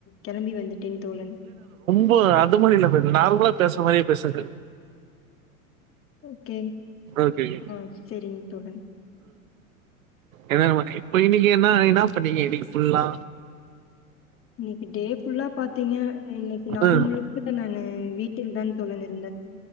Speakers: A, on the left; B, on the right.
A: கெளம்பி வந்துட்டேன் தோழன்
B: இப்போ அது மாரி இல்ல ப்ரதர் நார்மலா பேசுற மாரியே பேசுங்க
A: ஓகே
B: ஓகே ஓகே
A: ஆஹ் செரிங் தோழன்
B: ஏனா நமக் இப்ப இன்னிக்கு என்னா என்னா பண்ணீங்க இன்னிக்கு ஃபுல்லா
A: இன்னிக்கு டே ஃபுல்லா பாத் தீங்க இன்னிக்கு நாள்
B: ம்
A: முழுக்க நானு வீட்டில் தான் தோழன் இருந்தன்